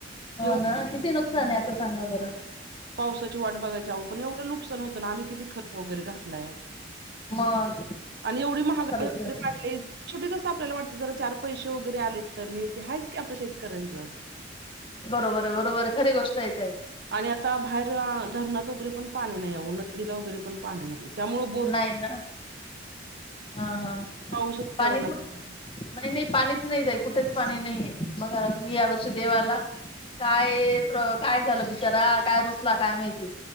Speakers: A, on the left; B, on the right.
A: हो
B: एवढं
A: ना किती नुकसान आहे आता सांगा बरं?
B: पावसाची वाट बघायच्या आओ पण एवढं नुकसान होतं ना आम्ही किती खत वगैरे घातलाय.
A: मग
B: एवढी महागाई
A: खरंच
B: वगैरे
A: आहे
B: वाढलीत. शेवटी कसं आपल्याला वाटतं जरा चार पैसे वगैरे आले, तर हे ते हायच की आपल्या शेतकऱ्यांचं.
A: बरोबर हे, बरोबर हे खरी गोष्ट ये ताई
B: आणि आता बाहेर धरणात वगैरे पण पाणी नाहीये, या उन्हात नदीला वगैरे पण पाणी नाहीये. त्यामुळे बोर
A: नाही ना हा हा ह
B: पाऊसच
A: पाणी
B: पडना
A: कुठ
B: झालाय
A: नाही, नाही पाणीच नाही कुठेच पाणी नाहीये बघा तुम्ही या वर्षी देवाला काय प्र काय झालं बिचारा, काय रुसला काय माहिती.